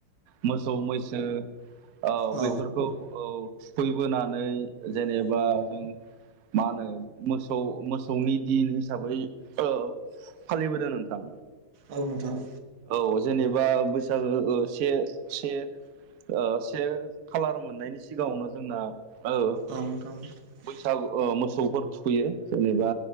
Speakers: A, on the right; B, on the right.
A: मोसौ, मैसो। ओ
B: औ
A: बैफोरखौ थुखैबोनानै जेनेबा जों। मा होनो मोसौ-मोसौनि दिन हिसाबै ओ औ फालिबोदों नोंथां।
B: औ नोंथां।
A: औ जेनेबा बैसागो ओ से-से। ओ से खालार मोननायनि सिगाङावनो जोंना औ
B: गोबां थाव <unintelligible>
A: औ ओ मोसौफोर थुखैयो जेनेबा